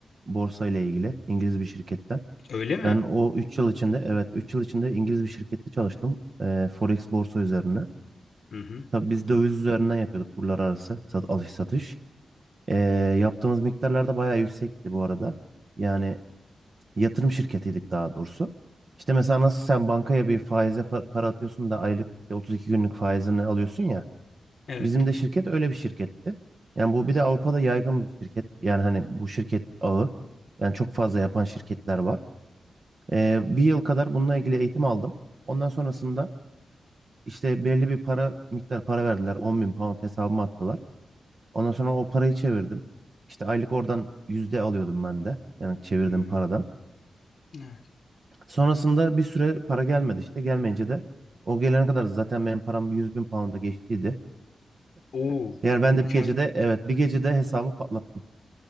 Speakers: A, on the right; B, on the left.
A: Borsa ile ilgili İngiliz bir şirketten.
B: Öyle mi?
A: Ben o üç yıl içinde evet 3 yıl içinde İngiliz bir şirkette çalıştım. Eee, Forex borsa üzerine.
B: Hı hı.
A: Tabii biz döviz üzerinden yapıyorduk kurlar arası sat, alış satış. Ee, yaptığımız miktarlar da bayağı yüksekti bu arada. Yani yatırım şirketiydik daha doğrusu. İşte mesela nasıl sen bankaya bir faize fa- para atıyorsun da aylık işte 32 günlük faizini alıyorsun ya.
B: Evet.
A: Bizim de şirket öyle bir şirketti. Yani bu
B: Hı
A: bir
B: hı.
A: de Avrupa'da yaygın bir şirket. Yani hani bu şirket ağı. Yani çok fazla yapan şirketler var. Ee, bir yıl kadar bununla ilgili eğitim aldım. Ondan sonrasında işte belli bir para miktar para verdiler. 10 bin pound hesabıma attılar. Ondan sonra o parayı çevirdim. İşte aylık oradan yüzde alıyordum ben de. Yani çevirdiğim
B: Hı.
A: paradan.
B: Evet.
A: Sonrasında bir süre para gelmedi işte. Gelmeyince de o gelene kadar zaten benim param yüz bin pound'a geçtiydi.
B: Oo,
A: Yani ben
B: mükemmel.
A: de bir gecede evet bir gecede hesabı patlattım.